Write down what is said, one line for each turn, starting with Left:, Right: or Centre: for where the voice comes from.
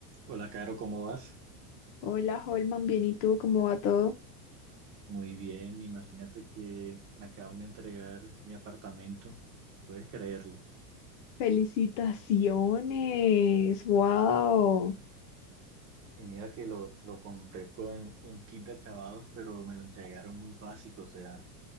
Right: Hola, Caro, ¿cómo vas?
Left: Hola, Holman, bien, ¿y tú cómo va todo?
Right: Muy bien, imagínate que me acaban de entregar mi apartamento, puedes creerlo.
Left: Felicitaciones, wow.
Right: Y mira que lo, lo compré con un kit de acabados, pero me lo entregaron muy básico, o sea,